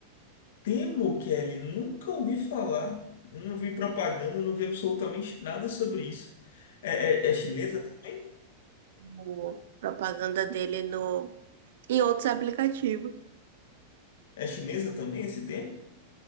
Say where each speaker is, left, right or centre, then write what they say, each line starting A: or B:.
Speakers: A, on the left; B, on the right.
A: Temo, Kelly, nunca ouvi falar. Não vi propaganda, não vi absolutamente nada sobre isso. É, é- é chinesa também?
B: Viu propaganda dele no, em outros aplicativos.
A: É chinesa também esse tema?